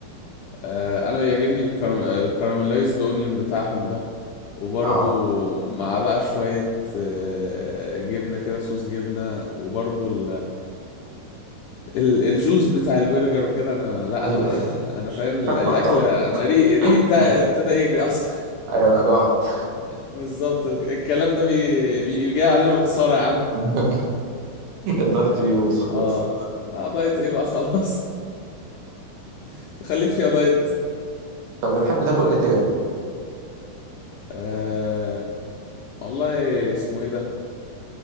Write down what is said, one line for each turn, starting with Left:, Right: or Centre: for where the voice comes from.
Left: آه، انا بيعجبني الكرام... الكراميلايزد اونيون بتاعهم ده وبرضو
Right: اه
Left: مع بقى شوية آه، جبنة كده صوص جبنة وبرضو ال... ال... الجوس بتاع البرجر وكده انا لا
Right: أيوه
Left: انا
Right: أيوه
Left: <laughs> انا فاهم ال-
Right: فاهمك
Left: الاكل
Right: طبعا
Left: انا ريقي ريقي
Right: <laughs>
Left: بتاع ابتدى يجري اصلا
Right: أيوه أنا جعت
Left: <laughs> بالظبط ال- الكلام ده بي... بي... جاي علينا بخسارة يا عم
Right: <laughs> الدايت بيبوظ خلاص
Left: اه آه، دايت ايه بقى خلاص <laughs> تخليت فيها دايت
Right: طب بتحب تاكل إيه تاني؟
Left: أه... والله اسمه ايه ده